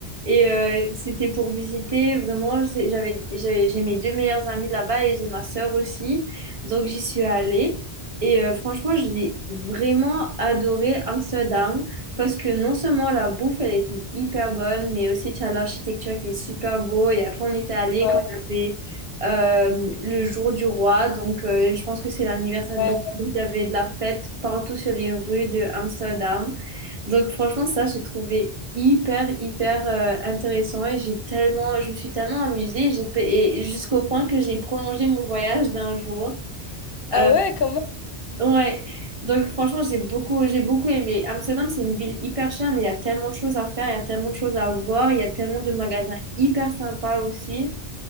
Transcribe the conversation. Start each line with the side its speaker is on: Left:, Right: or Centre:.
Right: Et euh, c'était pour visiter vraiment, j'ai- j'avais, j'avais- j'ai mes deux meilleures amies là-bas et j'ai ma sœur aussi. Donc, j'y suis allée. Et euh, franchement, j'ai vraiment adoré Amsterdam parce que non seulement la bouffe, elle était hyper bonne, mais aussi tu as l'architecture qui est super beau. Et après, on était allé
Left: Ouais,
Right: quand il y avait euh, le jour du roi. Donc, euh, je pense que c'est l'anniversaire
Left: ouais.
Right: du roi. Donc, il y avait de la fête partout sur les rues de Amsterdam. Donc, franchement, ça, j'ai trouvé hyper, hyper euh, intéressant et j'ai tellement, je me suis tellement amusée. J'ai, pe- et jusqu'au point que j'ai prolongé mon voyage d'un jour.
Left: Ah
Right: Euh,
Left: ouais, quand même.
Right: ouais. Donc, franchement, j'ai beaucoup, j'ai beaucoup aimé. Amsterdam, c'est une ville hyper chère, mais il y a tellement de choses à faire, il y a tellement de choses à voir, il y a tellement de magasins hyper sympas aussi.